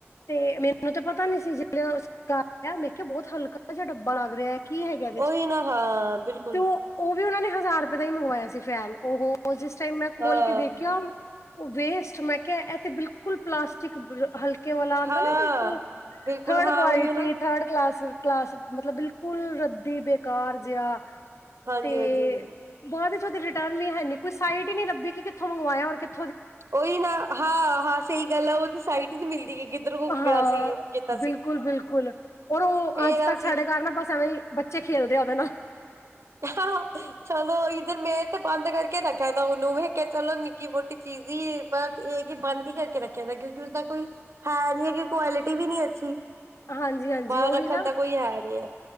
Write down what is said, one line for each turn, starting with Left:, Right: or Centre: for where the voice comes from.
Left: ਤੇ ਮੈਨੂੰ ਤਾਂ ਪਤਾ ਨੀ ਸੀ ਜਦ ਸਰ ਮੇ ਕਿਹਾ ਬਹੁਤ ਹਲਕਾ ਜਿਹਾ ਡੱਬਾ ਲੱਗ ਰਿਹਾ। ਕੀ ਹੈਗਾ ਇਹਦੇ 'ਚ
Right: ਉਹੀ ਨਾ ਹਾਂ ਬਿਲਕੁਲ
Left: ਤੇ ਉਹ ਉਹ ਵੀ ਉਹਨਾ ਨੇ ਹਜ਼ਾਰ ਰੁਪਏ ਦਾ ਹੀ ਮੰਗਵਾਇਆ ਸੀ ਫੈਨ ਉਹ ਜਿਸ ਟਾਈਮ ਮੈਂ ਖੋਲ
Right: ਹਾਂ
Left: ਕੇ ਦੇਖਿਆ ਉਹ ਵੇਸਟ ਮੈਂ ਕਿਹਾ ਇਹ ਤੇ ਬਿਲਕੁਲ ਪਲਾਸਟਿਕ ਬਿਲਕੁਲ ਹਲਕੇ ਹਲਕੇ ਵਾਲਾ ਆਉਦਾ
Right: ਹਾਂ
Left: ਨਾ ਬਿਲਕੁਲ
Right: ਬਿਲਕੁਲ
Left: ਥਰਡ
Right: ਹਾਂ
Left: ਕੁਆਲਿਟੀ
Right: ਉਹੀਓ ਨਾ
Left: ਥਰਡ ਕਲਾਸ -ਕਲਾਸ ਮਤਲਬ ਬਿਲਕੁਲ ਕੁਲ ਰੱਦੀ ਬੇਕਾਰ ਜਿਹਾ
Right: ਹਾਂਜੀ
Left: ਤੇ
Right: ਹਾਂਜੀ ਹਾਂਜੀ
Left: ਬਾਅਦ 'ਚ ਓਦੀ ਰਿਟਰਨ ਵੀ ਹੈਨੀ ਕੋਈ ਸਾਈਟ ਨੀ ਲੱਭਦੀ ਕਿ ਕਿੱਥੋਂ ਮੰਗਵਾਇਆ ਔਰ ਕਿਤ
Right: ਉਹੀ ਨਾ ਹਾਂ-ਹਾਂ ਸਹੀ ਗੱਲ ਹੈ, ਉਹਦੀ ਸਾਈਟ ਹੀ ਨੀ ਮਿਲਦੀ ਕਿ ਕਿਦਰੋ ਗਿਆ
Left: ਹਾਂ
Right: ਸੀ ਚੇਤਾ
Left: ਬਿਲਕੁਲ -ਬਿਲਕੁਲ ਔਰ ਉਹ
Right: ਫੇਰ
Left: ਅੱਜ ਤੱਕ
Right: ਅਸੀਂ
Left: ਸਾਡੇ ਘਰ ਨਾ ਬਸ ਐਵੇਂ ਬੱਚੇ ਖੇਲਦੇ ਆ ਉਹਦੇ ਨਾਲ
Right: <inaudible> ਚਲੋ ਇਧਰ ਮੇ ਤੇ ਬੰਦ ਕਰਕੇ ਕਰਕੇ ਰੱਖਿਆ ਤਾਂ ਉਹਨੂੰ ਵੀੇ ਕਹਿਆ ਚਲੋ ਨਿੱਕੀ ਮੋਟੀ ਚੀਜ਼ ਹੀ ਬ ਇਹ ਕਿ ਬੰਦ ਹੀ ਕਰਕੇ ਰੱਖਿਆ ਤ ਕਿਉਂਕਿ ਉਸਦਾ ਕੋਈ ਹਾਂ ਨੀ ਅਗੇ ਕੁਆਲਿਟੀ ਵੀ ਨੀ ਅੱਛੀ।
Left: ਹਾਂਜੀ -ਹਾਂਜੀ
Right: ਬਾਹਰ
Left: ਉਹੀ
Right: ਰੱਖਣ
Left: ਨਾ
Right: ਦਾ ਕੋਈ ਹੈ ਨੀ ਹੈ।